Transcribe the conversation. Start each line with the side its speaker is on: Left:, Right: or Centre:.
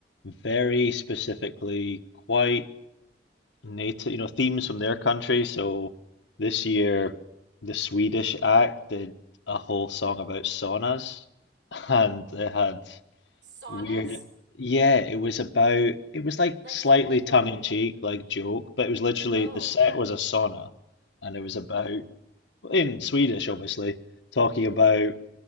Left: very specifically quite Native, you know, themes from their country. So this year, the Swedish act did a whole song about saunas, <laughs> and they had
Right: Saunas,
Left: weird. Yeah, it was about. It was like
Right: like
Left: slightly
Right: like
Left: tongue
Right: a
Left: in cheek, like joke, but it was literally
Right: oh,
Left: the set was a sauna, and it was about in Swedish, obviously, talking about